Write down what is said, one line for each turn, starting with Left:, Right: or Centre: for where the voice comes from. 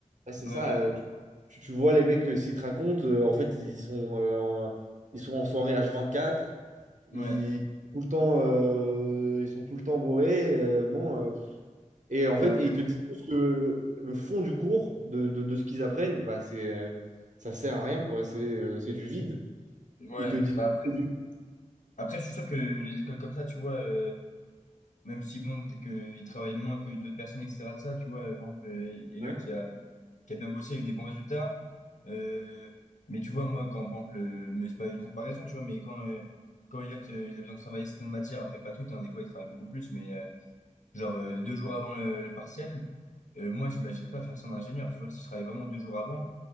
Right: Ouais, c'est
Left: Ouais,
Right: ça.
Left: vraiment.
Right: euh, tu, tu vois les mecs que s'ils te racontent, euh, en fait, ils sont, euh, ils sont en soirée H24.
Left: Ouais,
Right: Ils, tout le temps, euh, ils sont tout le temps bourrés. euh, bon, euh, Et en fait,
Left: ouais, ouais.
Right: et ils te disent tous que le, le fond du cours, de, de- de ce qu'ils apprennent, bah, c'est, euh, ça sert à rien, quoi. C'est euh, c'est du vide.
Left: Ouais.
Right: Ils te disent
Left: Bah après,
Right: c'est du...
Left: après, je suis sûr que les écoles comme ça, tu vois, euh, même si bon, peut-être qu'ils travaillent moins que d'autres personnes, etc. De ça, tu vois, euh, par exemple, euh, Elliot
Right: Ouais.
Left: qui a, qui a bien bossé, a eu des bons résultats. Euh, mais tu vois, moi, quand, par exemple, euh, mais c'est pas une comparaison, tu vois, mais quand, euh, quand Elliot, euh, il a besoin de travailler certaines matières, après pas toutes, hein, des fois, il travaille beaucoup plus, mais euh, genre euh, deux jours avant le, le partiel, euh, moi, j'imagine pas faire ça en ingénieur, tu vois, si je travaille vraiment deux jours avant,